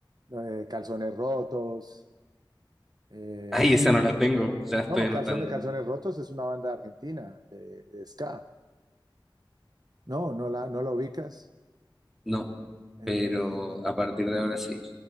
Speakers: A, on the right (about 50°); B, in the centre.
A: no, eh, calzones rotos. eh,
B: Ay, esa no la tengo. Ya estoy
A: no,
B: anotando.
A: calzones, calzones rotos es una banda argentina de, de ska. No, no la, no la ubicas.
B: No.
A: Eh,
B: Pero a partir de ahora sí.